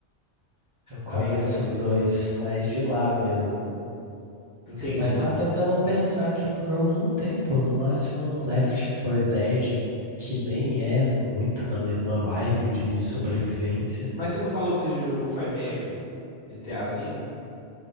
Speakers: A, on the right (about 30°); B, on the left (about 40°).
A: eu conheço
B: Ai, ai.
A: os dois mais de lá mesmo.
B: Entendi.
A: Mas tava tentando pensar que no jogo não tem, pô. No máximo um Left 4 Dead que nem é muito na mesma vibe de sobrevivência.
B: Mas você não falou que você já jogou 5M? GTAzinho?